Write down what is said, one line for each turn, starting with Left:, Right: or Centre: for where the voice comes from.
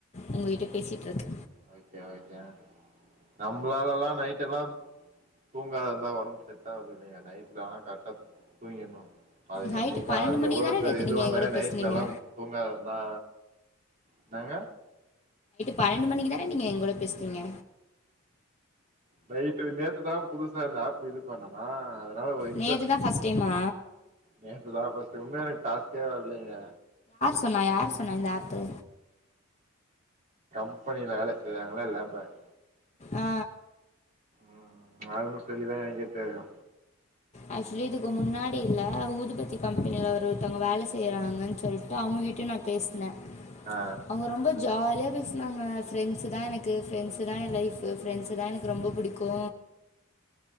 Left: உங்ககிட்ட பேசிட்டு இருக்
Right: ஓக்கே ஓக்கே நம்பளாலா நைட் எல்லா தூங்காத இருந்தா ஒடம்பு செட்ட ஆகறது இல்லிங்க நைட் ஆனா கரெட்டா தூங்கீர்னு அது
Left: நைட்டு
Right: என்னைக்காவது
Left: பன்னெண்டு மணிக்கு
Right: எவ்ளோ
Left: தானே
Right: பெரிய
Left: நேற்று
Right: இதுவா
Left: நீங்கள்
Right: இருந்தாலு
Left: எங்கூட பேசுனீங்க
Right: நைட்ல எல்லா தூங்காது இருந்தா என்னாங்க
Left: பணண்டு மணிக்கி தான நீங்க எங்கோட பேசுனீங்க
Right: நைட்டு நேத்துதா புதுசா இந்த ஆப்பு இது பண்ணனா அதனால ஒரு இன்ட்ரஸ்ட்
Left: நேற்று தான் ஃபஸ்ட் டைமா
Right: நேத்துதா பஸ்ட் உண்மயிலங் டாஸ்கே வரலைங்க
Left: ஆமா யார் சொன்னா இந்த ஆப்பு
Right: கம்பனில வேல செய்றாங்களா லேபர்
Left: ஆ
Right: ம் அவுங்க சொல்லிதா எனக்கே தெரியு
Left: ஆக்சுவ்லி இதுக்கு முன்னாடி இல்ல ஊதுபத்தி கம்பெனில ஒரு ஒருத்தவங்க வேலை செய்றாங்கன்னு சொல்லிட்டு அவுங்க கிட்டேயு நா பேசின
Right: ஆ
Left: அவுங்க ரொம்ப ஜாலியா பேசினாங்க ஃப்ரெண்ஸு தா எனக்கு ப்ரெண்ஸு தா என் லைஃப் ஃப்ரெண்ஸு தா எனக்கு ரொம்ப புடிக்கு